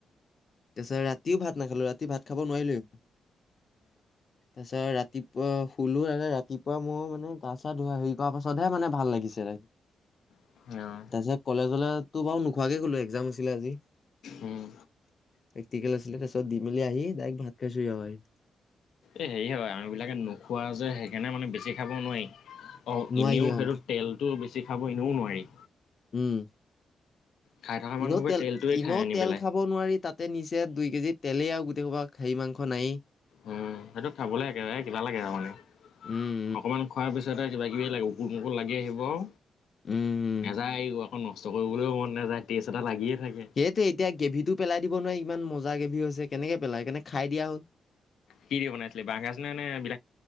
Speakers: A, on the left; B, on the left.
A: তাৰপিছত ৰাতিও ভাত নাখালো ৰাতি ভাত খাব নোৱাৰিলো। তাৰপিছত ৰাতিপুৱা শুলো ৰাতিপুৱা মোৰ মানে গা চা ধুই হেৰি কৰি পাছতহে মানে ভাল লাগিছে। তাৰপিছত
B: অ',
A: কলেজলেতো বাৰু নোখোৱাকে কলো এক্জাম আছিলে আজি,
B: উম
A: প্ৰেক্টিকেল আছিলে। তাৰ পিছত দি মেলি আহিক ভাত খাইছো হি আৰু আহি।
B: এ হেৰি হয় আম বিলাকে নোখোৱা যে সেইকাৰণে মানে বেছি খাব নোৱাৰি। অ
A: নোৱাৰি
B: এনেও
A: অ
B: সেইটো তেলতটো বেছি বেছি খাব এনেও নোৱাৰি।
A: উম।
B: খাই থকা মানুহবোৰে
A: এনেও তেল,
B: তেলটোৱে
A: ইনেও
B: খাই আনি
A: তেল
B: পেলাই
A: খাব নোৱাৰি তাত তাতে নিচে দুই কেজি তেলেই আৰু গোটেই হপা হেৰি মাংস নায়েই।
B: উম সেইটো খাবলে একেৰাহে কিবা লাগে আৰু মানে
A: উম উম
B: অকমান খোৱাৰ পিছত পিছতে কিবা কিবি লাগে উকুৰ মুকুৰ লাগি আহিব আৰু
A: উম উম
B: নাযায় নষ্ট কৰিবলৈও মন নাযায়। টেষ্ট এটা লাগিয়ে থাকে
A: সেইটোৱে এতিয়া গেভিটো পেলাই দিব নোৱাৰি ইমান মজা গেভি হৈছে, কেনেকে পেলাও, সেইকাৰণে খাই দিয়া হ'ল।
B: কি দি বনাইছিলে বাহ গাজ নে বি